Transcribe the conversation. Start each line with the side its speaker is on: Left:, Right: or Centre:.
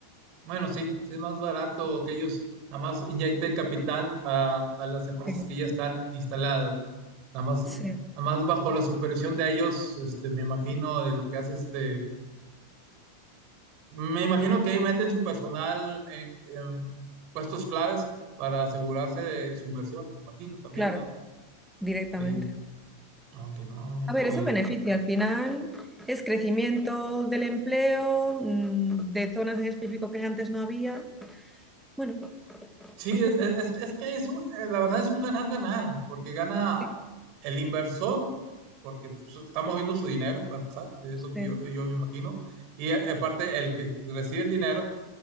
Right: Bueno, sí, sí es más barato que ellos nada más inyecten capital a, a las empresas
Centre: Sí,
Right: que ya están instaladas, ¿verdad? Nada más,
Centre: sí,
Right: nada más bajo la supervisión de ellos, este, me imagino de lo que hace este, me imagino que meten su personal en, en puestos claves para asegurarse de su inversión, me imagino también,
Centre: claro,
Right: ¿verdad?
Centre: directamente.
Right: Sí, aunque no, mira,
Centre: A ver,
Right: qué bien.
Centre: eso beneficia al final, es crecimiento del empleo, mm, de zonas en específico que antes no había. Bueno,
Right: Sí,
Centre: ya
Right: es,
Centre: está,
Right: es-
Centre: ¿no?
Right: es que es un- eh, la verdad es un ganar-ganar, porque gana
Centre: Sí.
Right: el inversor, porque su- está moviendo su dinero, para empezar, es
Centre: Sí,
Right: lo que yo, yo me imagino, y eh, aparte el que recibe el dinero,